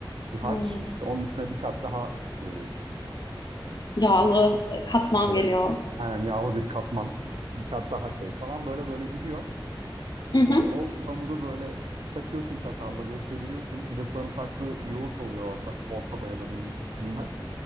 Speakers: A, on the right; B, on the left.
A: bir harç.
B: Hı.
A: İşte onun üstüne bir kat daha e,
B: Yağlı katman
A: böyle
B: geliyor.
A: aynen yağlı bir katman. Bir kat daha şey falan böyle böyle gidiyor.
B: Hı hı.
A: Yani o hamuru böyle takıyorsun çatalla böyle çeviriyorsun. Bir de sarımsaklı yoğurt oluyor orta, ortada ya da bunun üstünde.